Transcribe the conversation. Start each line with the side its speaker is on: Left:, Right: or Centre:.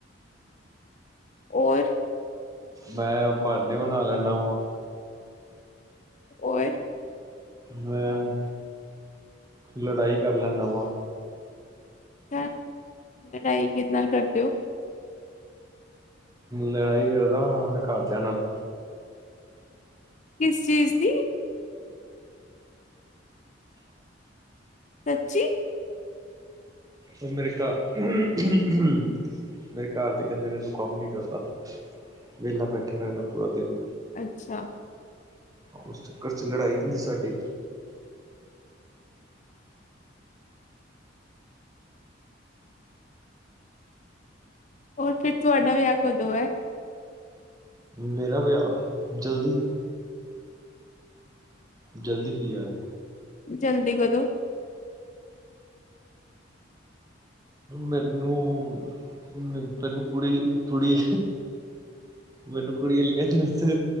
Left: ਔਰ।
Right: ਮੈਂ ਬਹਨੇ ਬਣਾ ਲੈਂਦਾ ਵਾ
Left: ਓਏ।
Right: ਮੈਂ ਲੜਾਈ ਕਰ ਲੈਂਦਾ ਵਾਂ।
Left: <inaudible> ਲੜਾਈ ਕਿਦੇ ਨਾਲ ਕਰਦੇ ਹੋ?
Right: ਲੜਾਈ ਕਰਦਾ ਉਹਨਾ ਦੇ ਘਰਦਿਆਂ ਨਾਲ।
Left: ਕਿਸ ਚੀਜ਼ ਦੀ? ਸੱਚੀ।
Right: ਉਹ ਮੇਰੇ ਘਰ ਉਹ ਅਹ ਉਹ ਮੇਰੇ ਘਰ ਦੇ ਕਹਿੰਦੇ ਨੇ ਤੂੰ ਕੰਮ ਨੀ ਕਰਦਾ ਵੇਲਾ ਬੈਠਾ ਰਹਿੰਦਾ ਪੂਰਾ ਦਿਨ।
Left: ਅੱਛਾ।
Right: ਉਸ ਚੱਕਰ ਚ ਲੜਾਈ ਹੁੰਦੀ ਸਾਡੀ।
Left: ਹੋਰ, ਫਿਰ ਤੁਹਾਡਾ ਵੀਆਹ ਕਦੋ ਹੈ?
Right: ਮੇਰਾ ਵਿਆਹ ਜਲਦੀ। ਜਲਦੀ ਹੀ ਆਏ।
Left: ਜਲਦੀ ਕਦੋਂ?
Right: ਮੈਨੂੰ -ਮੈਨੂੰ ਕੁੜੀ ਥੋੜੀ, ਮੈਨੂੰ ਕੁੜੀ ਕਹਿੰਦੀ